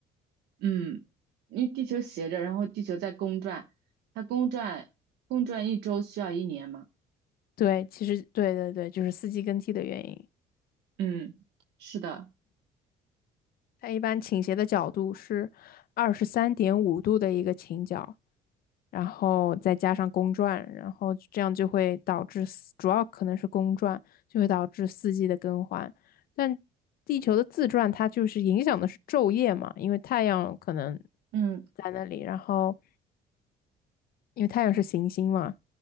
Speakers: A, on the right; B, on the left.
A: 嗯，因为地球斜着，然后地球在公转，它公转公转一周需要一年嘛。
B: 对，其实对对对，就是四季更替的原因。
A: 嗯，是的，
B: 它一般倾斜的角度是二十三点五度的一个倾角，然后再加上公转，然后这样就会导致四主要可能是公转，就会导致四季的更换。但地球的自转，它就是影响的是昼夜嘛，因为太阳可能
A: 嗯
B: 在那里，然后。因为太阳是行星嘛，